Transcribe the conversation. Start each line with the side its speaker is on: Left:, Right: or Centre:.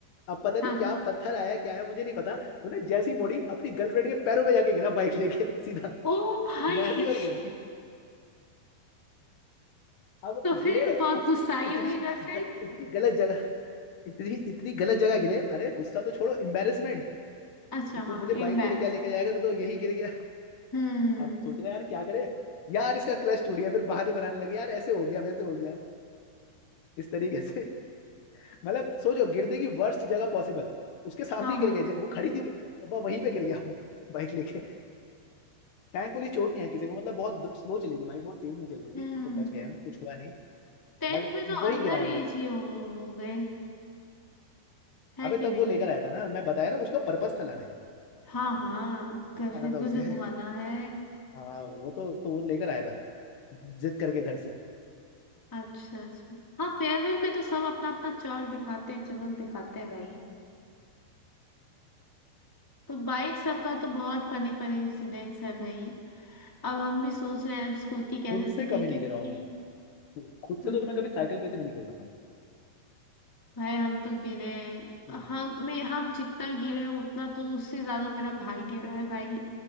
Left: अब पता नहीं
Centre: हाँ
Left: क्या
Centre: हाँ
Left: पत्थर आया क्या आया मुझे नहीं पता उन्हें जैसी मोड़ी अपनी गर्लफ्रेंड के पैरों में जाके गिरा बाइक लेके सीधा
Centre: ओ भाई
Left: मैं भी और वो भी अब
Centre: तो फिर
Left: गिरे
Centre: बहुत
Left: अब
Centre: गुस्साई
Left: इतनी
Centre: होगी गर्लफ्रेंड
Left: इतनी गलत जगह इतनी इतनी गलत जगह गिरे अरे गुस्सा तो छोड़ो एम्बेरसमेंट कि
Centre: अच्छा
Left: तू
Centre: हाँ
Left: मुझे
Centre: एम्बेस
Left: बाइक पे लेके लेके जाएगा तो, तो यही गिर गया
Centre: हम्म
Left: अब सोच रहे हैं यार क्या करे यार इसका क्लच टूट गया फिर बहाने बनाने लगे यार ऐसे हो गया वैसे हो गया इस तरीके से मतलब सोचो गिरने की वर्स्ट जगह पॉसिबल उसके सामने
Centre: हाँ
Left: ही
Centre: हाँ
Left: गिर गए वो खड़ी थी वो वहीं पे गिर गया वो बाइक लेके थैंकफुली चोट नहीं आई किसी को मतलब बहुत स्लो चली थी बाइक बहुत तेज नहीं चल रही
Centre: हम्म
Left: थी तो बच गए हम कुछ हुआ नहीं
Centre: टेंथ
Left: बट
Centre: में तो
Left: वही
Centre: अंदर
Left: गिरा हूँ
Centre: एज
Left: मैं
Centre: ही हो, हो गए है
Left: अबे
Centre: कि
Left: तब
Centre: नहीं
Left: वो लेकर आया था ना मैं बताया ना उसका पर्पस था लाने का
Centre: हाँ हाँ गर्लफ्रेंड
Left: लाना था
Centre: को
Left: उसे
Centre: जो घुमाना है
Left: हाँ वो तो तो वो लेकर आया था जिद करके घर से
Centre: अच्छा अच्छा हाँ फेयरवेल में तो सब अपना अपना चौर दिखाते हैं चमक दिखाते हैं भाई तो बाइक सबका तो बहुत फनी फनी इंसिडेंट्स है भाई अब हम भी सोच रहे हैं अब स्कूटी कैसे
Left: खुद से
Centre: सीखे
Left: कभी
Centre: क्योंकि
Left: नहीं गिरा हूँ मैं खुद
Centre: हम्म
Left: से तो मैं कभी साइकिल पे से भी नहीं गिरा हूँ
Centre: भाई हम तो गिरे
Left: हम्म,
Centre: हम मैं हम जितना गिरे हैं उतना तो उससे ज्यादा मेरा भाई गिरा है भाई